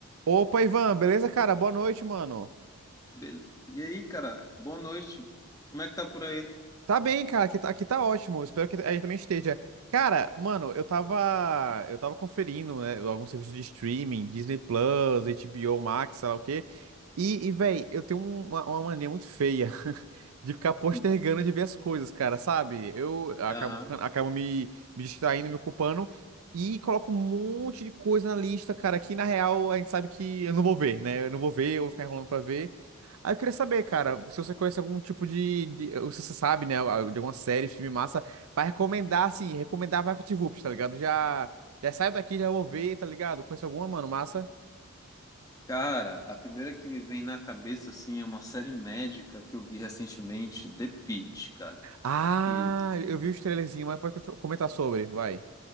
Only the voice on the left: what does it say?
Bele- E aí, cara, boa noite. Como é que tá por aí?
Hum.
Aham.
Cara, a primeira que me vem na cabeça, assim, é uma série médica que eu vi recentemente, The Pitt, cara.
Que,